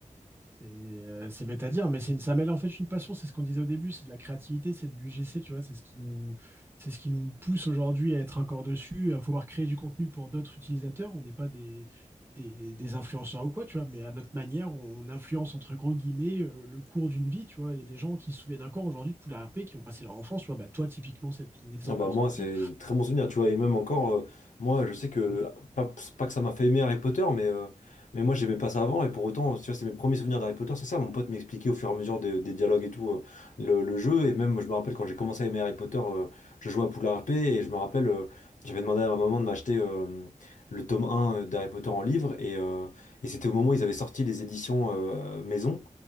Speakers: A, on the right (about 15°); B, on the left (about 70°).
A: C'est euh, c'est bête à dire, mais c'est une- ça mêle en fait une passion. C'est ce qu'on disait au début, c'est de la créativité, c'est de l'UGC, tu vois. C'est ce qui nous, c'est ce qui nous pousse aujourd'hui à être encore dessus, à pouvoir créer du contenu pour d'autres utilisateurs. On n'est pas des, des, des influenceurs ou quoi, tu vois, mais à notre manière, on influence entre gros guillemets euh, le cours d'une vie, tu vois. Il y a des gens qui se souviennent encore aujourd'hui de Poudlard RP, qui ont passé leur enfance, tu vois. Bah, toi, typiquement, c'est ton exemple,
B: Ah bah
A: à
B: moi,
A: toi aussi.
B: c'est très bon souvenir, tu vois. Et même encore, euh, moi, je sais que, pas, c'est pas que ça m'a fait aimer Harry Potter, mais, euh, mais moi, j'aimais pas ça avant. Et pour autant, tu vois, c'est mes premiers souvenirs d'Harry Potter, c'est ça. Mon pote m'expliquait au fur et à mesure des, des dialogues et tout, euh, le, le jeu. Et même, je me rappelle quand j'ai commencé à aimer Harry Potter, euh, je jouais à Poudlard RP. Et je me rappelle, euh, j'avais demandé à ma maman de m'acheter euh, le tome 1 d'Harry Potter en livre. Et, euh, et c'était au moment où ils avaient sorti les éditions euh, maison.